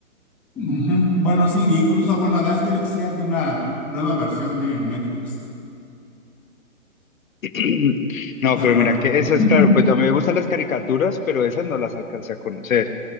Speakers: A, in the centre; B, on the left.
A: ujú. Bueno, sí, incluso, bueno, de Asterix sí hay una nueva versión en Netflix.
B: <clears throat> No,
A: Pero
B: pero
A: bueno,
B: mira que
A: <laughs>
B: esas, claro, pues ya me gustan las caricaturas, pero esas no las alcancé a conocer.